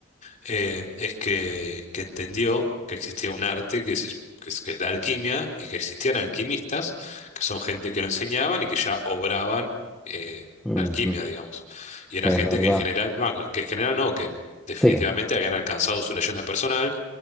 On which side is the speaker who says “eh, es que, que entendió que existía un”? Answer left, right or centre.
Left